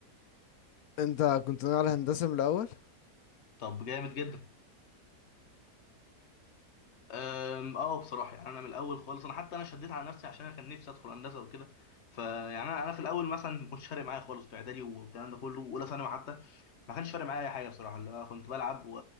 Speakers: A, on the left (about 70°); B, on the left (about 45°).
A: انت كنت ناوي على هندسة من الاول
B: طب جامد جدا أم، اه بصراحه يعني انا من الاول خالص انا حتى انا شديت على نفسي عشان انا كان نفسي ادخل هندسه وكده فيعني انا انا في الاول مثلا ما كنتش فارق معايا خالص في اعدادي والكلام ده كله واولى ثانوي حتى ما كانش فارق معايا اي حاجه بصراحه اللي هو كنت بلعب و-